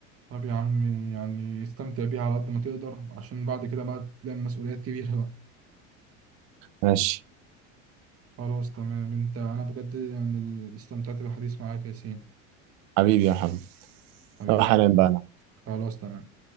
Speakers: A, on the right (about 35°); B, on the right (about 70°).
A: طب يا عمي يعني استمتع بيها على قد ما تقدر عشان بعد كده بقى تلاقي مسؤوليات كبيرة بقى
B: ماشي
A: خلاص تمام انت انا بجد يعني استمتعت بالحديث معاك يا ياسين
B: حبيبي يا محمد
A: حبيبي
B: طب حالا بقى أنا.
A: خلاص تمام